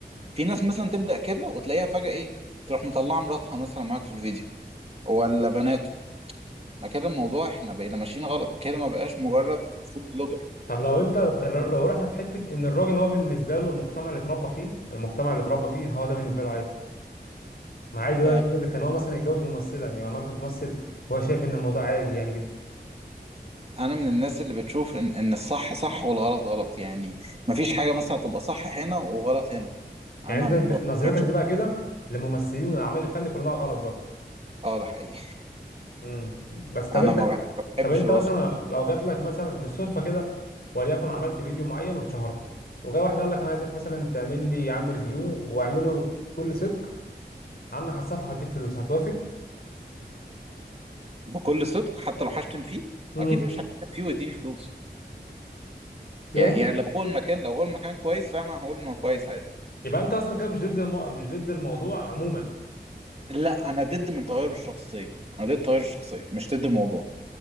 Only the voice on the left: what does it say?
طب لو انت لو لو رحنا في حته ان الراجل هو بالنسبه له المجتمع اللي اتربى فيه المجتمع اللي اتربى فيه هو ده بالنسبه له عادي ما عادي هو
كده كان هو مثلا يتجوز ممثله يعني مراته بتمثل وهو شايف ان الموضوع عادي يعني جدا
يعني انت
ب- نظرتك
دي بقى كده للممثلين والاعمال الفني كلها غلط برضه
امم بس طب
انت
طب انت
مثلا لو جات لك مثلا بالصدفه كده وليكن عملت فيديو معين واتشهرت وجا واحد قال لك انا عايزك مثلا تعمل لي يا عم ريفيو واعمله بكل صدق عنك على الصفحه واديك فلوس هتوافق
امم
يبقى
انت
يبقى انت اصلا كده مش ضد المو... مش ضد الموضوع عموما